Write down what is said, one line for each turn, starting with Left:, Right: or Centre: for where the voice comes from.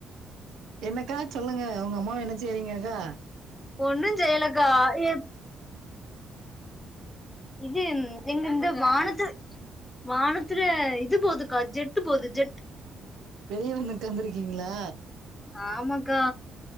Right: என்னக்கா சொல்லுங்க உங்க அம்மாவ என்ன செய்றீங்கக்கா
Left: ஒன்னு செய்யுலக்கா எப் இது ம் எங்க இருந்து வானத்து வானத்துல இது போதுக்கா ஜெட்டு போது ஜெட்
Right: வெளிய வந்து உக்காந்துருக்கீங்களா
Left: ஆமாக்கா